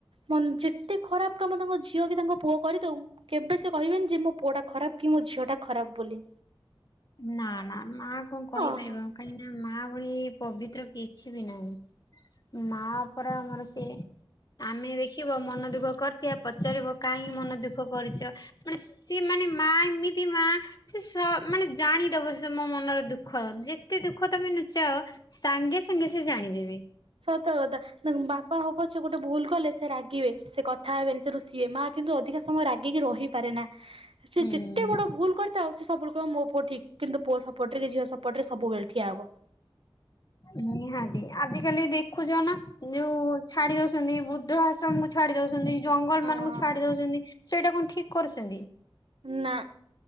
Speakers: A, on the right; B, on the left.
A: ମନ ଯେତେ ଖରାପ କାମ ତାଙ୍କ ଝିଅ କି ତାଙ୍କ ପୁଅ କରିଦଉ କେବେ ସେ କହିବେନି ଯେ ମୋ ପୁଅ ଟା ଖରାପ କି ମୋ ଝିଅ ଟା ଖରାପ ବୋଲି
B: ନା ନା ମା କଣ କହିପାରିବ,
A: ଓହୋ
B: କାହିଁକି ନା ମା ଭଳି ପବିତ୍ର କିଛି ବି ନାହିଁ। ମା ପରା ଆମର ସିଏ ଆମେ ଦେଖିବ ମନ ଦୁଃଖ କରିଥିବା ପଚାରିବ କାହିଁ ମନ ଦୁଃଖ କରିଛ, ମାନେ ସି ମାନେ ମା ଏମିତି ମା ସେ ସ ମାନେ ଜାଣିଦବ ସେ ମୋ ମନର ଦୁଃଖ ଯେତେ ଦୁଃଖ ତମେ ନୁଚାଅ ସାଙ୍ଗେ ସାଙ୍ଗେ ସେ ଜାଣିବେ ବି
A: ସତ ଗତ ବାପା ହବ ପଛ ଗୋଟେ ଭୁଲ କଲେ ସେ ରାଗିବେ ସେ କଥା ହେବେନି ସେ ରୁଷିବେ ମା କିନ୍ତୁ ଅଧିକା ସମୟ ରାଗିକି ରହି ପାରେନା ସେ
B: ହୁଁ।
A: ଯେତେ ବଡ ଭୁଲ କରିଥାଉ ସେ ସବୁବେଳେ କହିବ ମୋ ପୁଅ ଠିକ କିନ୍ତୁ ପୁଅ ସପଟରେ କି ଝି ସପଟ ରେ ସବୁବେଳେଠିଆ ହବ
B: ନିହାତି ଆଜିକାଲି ଦେଖୁଛ ନା ଯୋଉ ଛାଡି ଦଉ ମାନେ ବୁଦ୍ଧ ଆଶ୍ରମ କୁ ଛାଡି ଦଉଛନ୍ତି ଜଙ୍ଗଲ
A: ହଁ
B: ମାନଙ୍କୁ ଛାଡି ଦଉଛନ୍ତି ସେଇଟା କଣ ଠିକ କରୁଛନ୍ତି
A: ନା